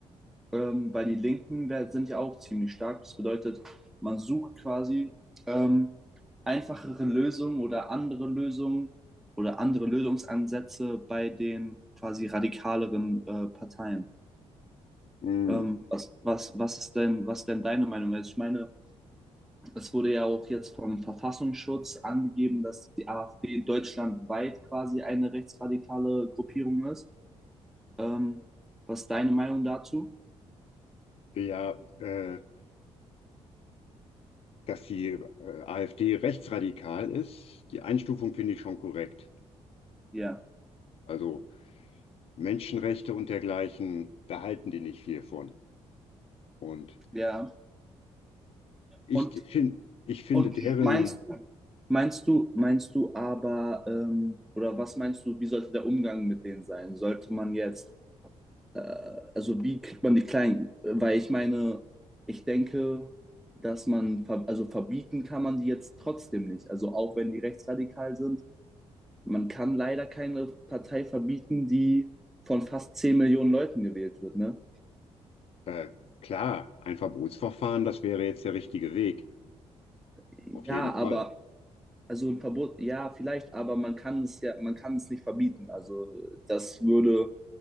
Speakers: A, in the centre; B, on the left (about 55°).
A: ähm, weil die Linken sind ja auch ziemlich stark. Das bedeutet, man sucht quasi ähm, einfachere Lösungen oder andere Lösungen oder andere Lösungsansätze bei den quasi radikaleren äh, Parteien.
B: Hm,
A: Ähm, was, was, was ist denn, was ist denn deine Meinung? Also ich meine, es wurde ja auch jetzt vom Verfassungsschutz angegeben, dass die AfD deutschlandweit quasi eine rechtsradikale Gruppierung ist. Ähm, was ist deine Meinung dazu?
B: ja, äh, dass die äh, AfD rechtsradikal ist, die Einstufung finde ich schon korrekt.
A: Ja,
B: Also Menschenrechte und dergleichen, da halten die nicht viel von. Und
A: ja.
B: ich
A: Und,
B: finde, ich finde
A: und
B: deren,
A: meinst, meinst du, meinst du aber, ähm, oder was meinst du, wie sollte der Umgang mit denen sein? Sollte man jetzt, äh, also wie kriegt man die Kleinen? Weil ich meine, ich denke, dass man, ver- also verbieten kann man die jetzt trotzdem nicht. Also auch wenn die rechtsradikal sind, man kann leider keine Partei verbieten, die von fast 10 Millionen Leuten gewählt wird, ne?
B: äh, klar, ein Verbotsverfahren, das wäre jetzt der richtige Weg,
A: Ja,
B: auf jeden
A: aber
B: Fall.
A: also ein Verbot, ja, vielleicht, aber man kann es ja, man kann es nicht verbieten. Also das würde,